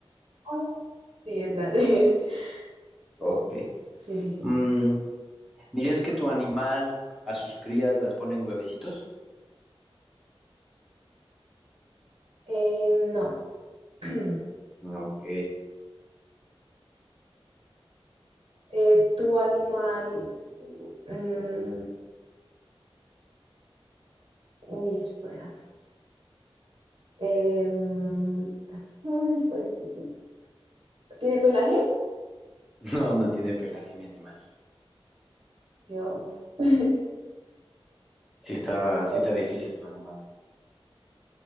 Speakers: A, on the right (about 65°); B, in the centre.
A: Oh, Sí, es grande. <laughs>
B: Ok.
A: Sí, sí, sí.
B: Mm, ¿Dirías que tu animal a sus crías las pone en huevecitos?
A: Eh, no. <clears throat>
B: Ok.
A: Eh, ¿tu animal... mm, uy, espera. em <laughs> mm, está difícil. ¿Tiene pelaje?
B: No, no tiene pelaje mi animal.
A: Dios. <laughs>
B: Sí está, sí
A: O-
B: está difícil tu animal.